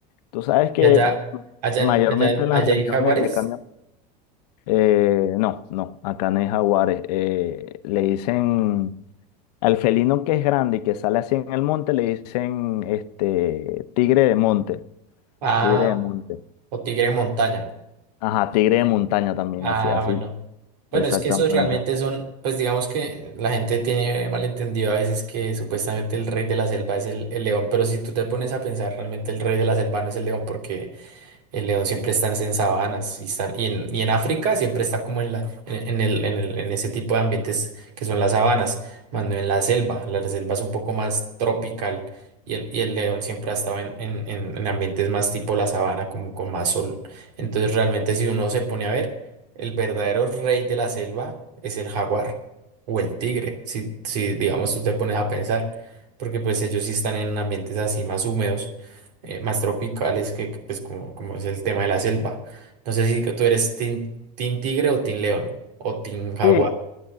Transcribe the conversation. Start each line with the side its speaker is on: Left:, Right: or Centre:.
Left: tú sabes que
Right: Y allá, allá
Left: mayormente
Right: en, allá en,
Left: en
Right: allá
Left: las regiones
Right: hay jaguares.
Left: le cambian. Eh, no, no, acá no hay jaguares. Eh, le dicen al felino que es grande y que sale así en el monte, le dicen este tigre de monte,
Right: Ah.
Left: tigre de monte.
Right: O tigre montaña.
Left: Ajá, tigre de montaña también,
Right: Ah,
Left: así, así,
Right: bueno. Bueno,
Left: exactamente.
Right: es que esos realmente son, pues digamos que la gente tiene malentendido a veces que supuestamente el rey de la selva es el, el león, pero si tú te pones a pensar, realmente el rey de la selva no es el león porque el león siempre está en sabanas y, está- y, en, y en África siempre está como en, la, en, en el, en el- en ese tipo de ambientes que son las sabanas, más no en la selva. La, la selva es un poco más tropical y el, y el león siempre ha estado en, en, en- en ambientes más tipo la sabana, como con más sol. Entonces realmente si uno se pone a ver, el verdadero rey de la selva es el jaguar o el tigre, si, si digamos tú te pones a pensar, porque pues ellos sí están en ambientes así más húmedos eh, más tropicales, que que, pues como, como es el tema de la selva. No sé si tú eres team, team tigre o team león o team jaguar.
Left: Sí,